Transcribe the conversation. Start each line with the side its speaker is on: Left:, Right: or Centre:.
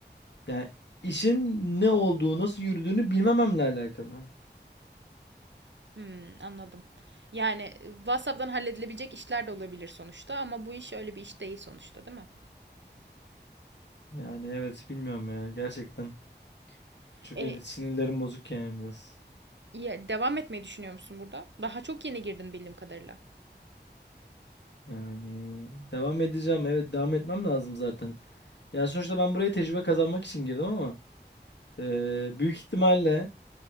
Left: yani işin ne olduğu, nasıl yürüdüğünü bilmememle alakalı.
Right: Hmm, anladım. Yani e, WhatsApp'tan halledilebilecek işler de olabilir sonuçta ama bu iş öyle bir iş değil sonuçta, değil mi?
Left: Yani evet bilmiyorum ya gerçekten. Çünkü
Right: E,
Left: öyle sinirlerim bozuk yani biraz.
Right: ya devam etmeyi düşünüyor musun burada? Daha çok yeni girdin bildiğim kadarıyla.
Left: Yani devam edeceğim. Evet devam etmem lazım zaten. Yani sonuçta ben buraya tecrübe kazanmak için girdim ama e, büyük ihtimalle